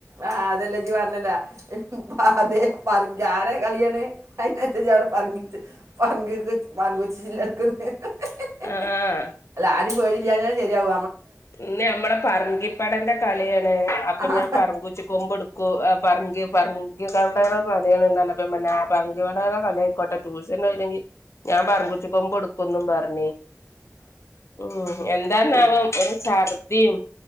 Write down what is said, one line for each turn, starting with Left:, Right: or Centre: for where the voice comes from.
Right: ആഹ് അതെല്ലാം ജീ പറഞ്ഞല്ലേ അഹ് അതെ പറഞ്ഞ ആരാ കളിയണ് അയിത്തച്ച അവിടെ പറ പറ കൊ പറ കൊച്ചില്ല എടുക്ക ഹ്ഹ്
Left: ആ
Right: ആരും പേരില്യഞ്ഞാ ശരിയാവ
Left: ഇന്നു നമ്മടെ പറങ്കിപടന്റെ കാൽ അപ്പൊ
Right: ആ
Left: ഞാൻ പറമ്പൂച്ചി കൊമ്പെടുക്കുവോ പറങ്കി പറങ്കി മതിയാണ്ല്ല ങ്ക ആയിക്കോട്ടെ ട്യൂഷൻല്ലെങ്ക ഞാ പറിച്ചക്ക്പോ കൊബ് ഒന്നും പറഞ്ഞേ ഉ എന്താന്നാവാം
Right: ഏ,
Left: ഒരു ഛർദിയും